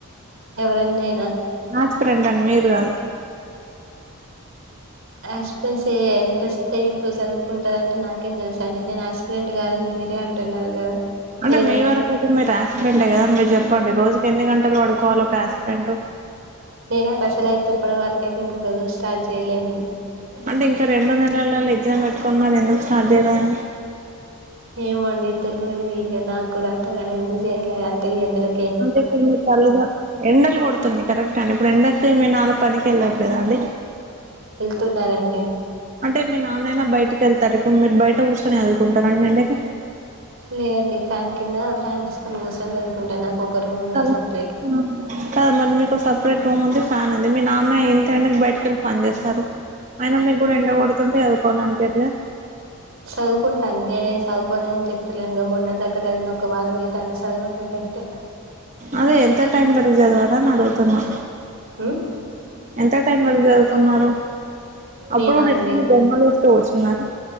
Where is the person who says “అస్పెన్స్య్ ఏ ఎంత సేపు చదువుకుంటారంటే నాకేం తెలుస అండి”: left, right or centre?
Right